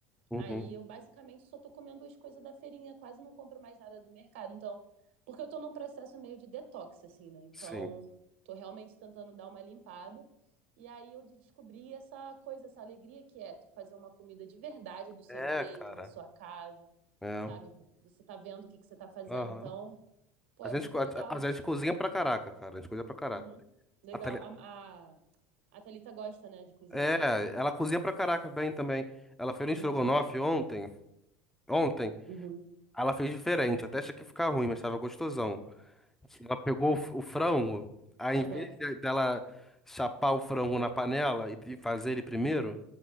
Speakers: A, in the centre; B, on the right.
A: uhum,
B: Aí eu basicamente só tô comendo as coisas da feirinha, quase não compro mais nada do mercado. Então, porque eu tô num processo meio de detox, assim, né? Então,
A: sim.
B: tô realmente tentando dar uma limpada. E aí eu descobri essa coisa, essa alegria que é tu fazer uma comida de verdade do seu
A: É,
B: jeito,
A: cara.
B: na sua casa,
A: É,
B: sabe? Você tá vendo o que que você tá fazendo.
A: aham.
B: Então, pô,
A: A
B: é
A: gente,
B: muito
A: co-
B: legal
A: a, a
B: isso.
A: gente cozinha pra caraca, cara. A gente cozinha pra caraca.
B: Uhum. Legal.
A: A tele-
B: A, a, a Thalita gosta, né, de cozinhar.
A: É, ela cozinha pra caraca bem também. Ela fez um estrogonofe
B: Uhum,
A: ontem. Ontem.
B: uhum,
A: Aí Ela fez diferente, até achei que ia ficar ruim, mas tava gostosão. Ela pegou o, f- o frango, aí
B: aham,
A: em vez de- dela chapar o frango na panela e e fazer ele primeiro,
B: uhum.